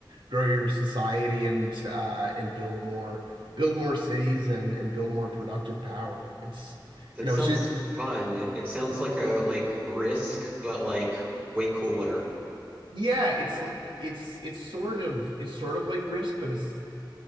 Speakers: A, on the right (about 80°); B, on the right (about 25°).
A: grow your society and uh, and build more build more cities and and build more productive power. It's
B: That
A: you know
B: sounds
A: it's just
B: fun. It sounds like a like Risk, but like way cooler.
A: yeah it's it's it's sort of it's sort of like Risk, but it's